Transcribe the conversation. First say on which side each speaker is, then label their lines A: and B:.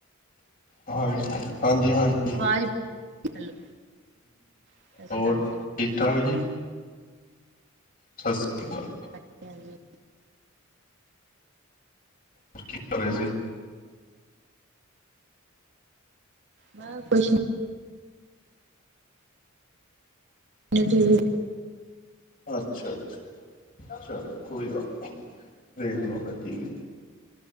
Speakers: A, on the left (about 45°); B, on the right (about 55°).
A: ਹਾਂਜੀ। ਹਾਂਜੀ ਹਾਂਜੀ
B: ਆਵਾਜ਼ ਹੈਲੋ ਸਤਿ ਸ਼੍ਰੀ
A: ਹੋਰ
B: ਅਕਾਲ ਜੀ
A: ਠੀਕ ਠਾਕ ਜੀ। ਸਤਿ ਸ਼੍ਰੀ ਅਕਾਲ।
B: ਅੱਛਾ ਜੀ।
A: ਕੀ ਕਰ ਰਹੇ ਸੀ।
B: ਮੈਂ ਕੁਛ ਨਹੀਂ। ਮ ਤੁ ਵੀ
A: ਅੱਛਾ ਅੱਛਾ ਚਲੋ ਕੋਈ ਗੱਲ ਨੀ ਵੇਖ ਲਓ ਫਿਰ ਟੀ ਵੀ।